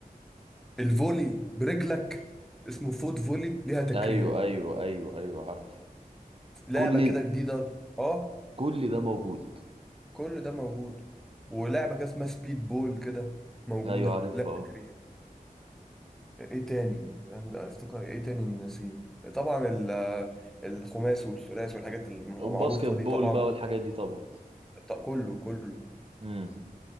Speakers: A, in the centre; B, on the right.
A: الفولي برجلك اسمه فوت فولي ليها تكريم
B: ايوه ايوه ايوه ايوه عارفه
A: لعبة
B: كل
A: كده جديدة اه
B: كل ده موجود
A: كل ده موجود ولعبة كده اسمها سبيد بول كده موجودة
B: ايوه عارفها
A: لا تكريم
B: اه
A: ايه تاني أنا افتكر ايه تاني نسيم طبعا ال- الخماس والثلاث والحاجات المعروفة
B: والباسكت بول
A: دي طبعا
B: بقى والحاجات دي طبعا
A: ط- كله كله
B: امم